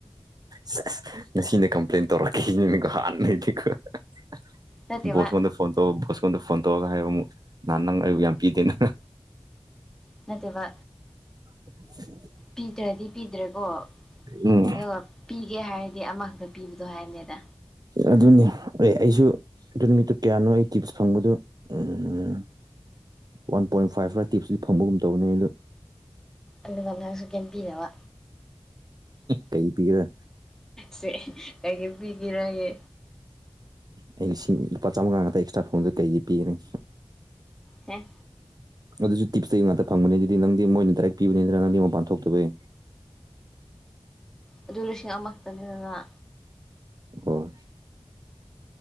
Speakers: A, on the right; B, in the centre.
A: ꯁꯤꯁ ꯉꯁꯤꯅ ꯀꯝꯄ꯭ꯂꯦꯟ ꯇꯧꯔꯛꯈꯤꯅꯤꯀꯣ ꯍꯥꯥꯟꯅꯗꯤꯀꯣꯪ
B: ꯅꯠꯇꯦꯕ
A: <unintelligible> ꯐꯣꯟ ꯇꯧꯔ ꯚꯣꯁꯀꯣꯟꯗ ꯐꯣꯟ ꯇꯧꯔꯒ ꯍꯥꯏꯌꯣ ꯑꯃꯨꯛ ꯅꯍꯥꯟ ꯅꯪ ꯑꯩꯕꯨ ꯌꯥꯝ ꯀꯤꯗꯦ ꯅꯪ
B: ꯅꯠꯇꯦꯕ
A: <unintelligible>
B: ꯄꯤꯗ꯭ꯔꯗꯤ ꯄꯤꯗ꯭ꯔꯦꯀꯣ ꯑꯗꯨꯒ
A: ꯎꯝ
B: ꯄꯤꯒꯦ ꯍꯥꯏꯔꯗꯤ ꯑꯃꯈꯛꯇ ꯄꯤꯕꯗꯣ ꯍꯥꯏꯕꯅꯦꯗ
A: ꯑꯗꯨꯅꯦ ꯑꯦ ꯑꯩꯁꯨ ꯑꯗꯨ ꯅꯨꯃꯤꯠꯇꯨ ꯀꯌꯥꯅꯣ ꯑꯩ ꯇꯤꯞꯁ ꯐꯪꯕꯗꯨ ꯎꯝ ꯎꯝ ꯋꯥꯟ ꯄꯣꯏꯟ ꯐꯥꯏꯚ ꯂꯥ ꯇꯤꯞꯁꯇꯨ ꯐꯕꯒꯨꯝ ꯇꯧꯕꯅꯦ ꯑꯗꯨ
B: ꯑꯗꯨꯒ ꯅꯪꯁꯨ ꯀꯦꯝ ꯄꯤꯗꯕ
A: ꯀꯩ ꯄꯤꯒꯦꯔꯥ
B: ꯁꯦ ꯀꯩꯀꯩ ꯄꯤꯒꯦꯔꯌꯦ
A: ꯑꯩ ꯂꯤꯁꯤꯡ ꯂꯨꯄꯥ ꯆꯥꯝꯃꯉꯥ ꯉꯥꯛꯇ ꯑꯦꯛꯁꯇ꯭ꯔꯥ ꯐꯪꯕꯗꯣ ꯀꯩꯒꯤ ꯄꯤꯒꯅꯤ
B: ꯍꯦ
A: ꯑꯗꯨꯁꯨ ꯇꯤꯞꯁ ꯇꯩ ꯉꯥꯛꯇ ꯐꯪꯕꯅꯦꯅ ꯑꯗꯨꯗꯤ ꯅꯪꯗꯤ ꯃꯣꯏꯅ ꯗꯥꯏꯔꯦꯛ ꯄꯤꯕꯅꯤꯅ ꯅꯪꯗꯤ ꯃꯄꯥꯟ ꯊꯣꯛꯇꯕꯩ
B: ꯑꯗꯨ ꯂꯤꯁꯤꯡ ꯑꯃꯈꯛꯇꯅꯤꯗꯅ
A: ꯍꯣꯏ